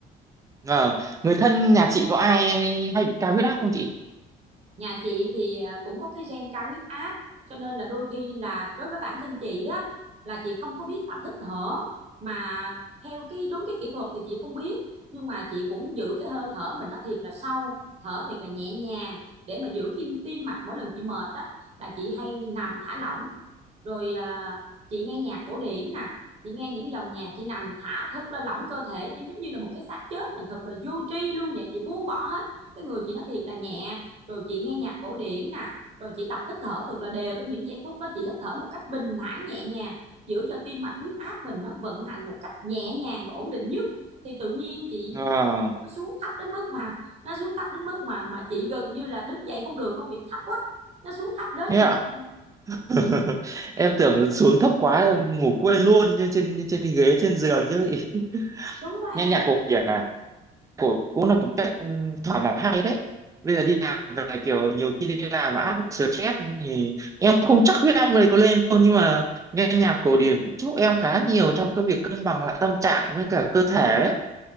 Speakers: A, on the right (about 20°); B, on the right (about 40°).
A: Ờ, người thân nhà chị có ai hay, hay bị cao huyết áp không chị?
B: nhà chị thì à, cũng có cái gen cao huyết áp cho nên là đôi khi là đối với bản thân chị á là chị không có biết tập hít thở mà theo cái đúng cái kỹ thuật thì chị không biết nhưng mà chị cũng giữ cái hơi thở mình nó thiệt là sâu thở thiệt là nhẹ nhàng để mà giữ cái tim mạch mỗi lần chị mệt đó là chị hay nằm thả lỏng rồi à, chị nghe nhạc cổ điển nè chị nghe những dòng nhạc chị nằm thả thật là lỏng cơ thể giống giống như là một cái xác chết mình thật là vô tri luôn vậy chị buông bỏ hết cái người chị nó thiệt là nhẹ rồi chị nghe nhạc cổ điển nè rồi chị tập hít thở thật là đều trong những giây phút đó chị hít thở một cách bình thản nhẹ nhàng giữ cho tim mạch huyết áp mình nó vận hành một cách nhẹ nhàng và ổn định nhất thì tự nhiên chị
A: Ờ,
B: nó xuống thấp đến mức mà nó xuống thấp đến mức mà mà chị gần như là đứng dậy không được luôn vì nó thấp quá nó xuống thấp đến
A: thế
B: như
A: ạ.
B: vậy
A: <laughs> Em tưởng xuống thấp quá ngủ quên luôn trên trên trên ghế trên giường chứ. <laughs>
B: đúng đó em
A: Nhanh nhạc cổ điển à? cũng cũng là một cách ừ, thỏa mãn hay đấy bây giờ đi làm về kiểu nhiều khi đi làm mà áp lực stress thì em không chắc huyết áp này có lên không nhưng mà nghe nhạc cổ điển cũng giúp em khá nhiều trong cái việc cân bằng lại tâm trạng với cả cơ thể đấy